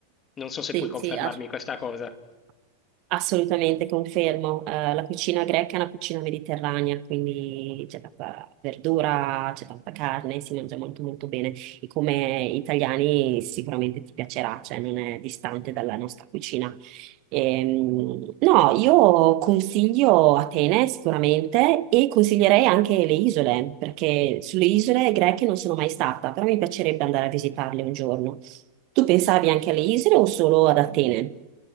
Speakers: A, on the left; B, on the right.
A: Non so se
B: Sì,
A: puoi confermarmi
B: sì, assolutamente.
A: questa cosa.
B: Assolutamente, confermo. Eh, la cucina greca è una cucina mediterranea, quindi c'è tanta verdura, c'è tanta carne, si mangia molto molto bene. E come italiani sicuramente ti piacerà, cioè non è distante dalla nostra cucina. Ehm, no, io consiglio Atene sicuramente e consiglierei anche le isole, perché sulle isole greche non sono mai stata, però mi piacerebbe andare a visitarle un giorno. Tu pensavi anche alle isole o solo ad Atene?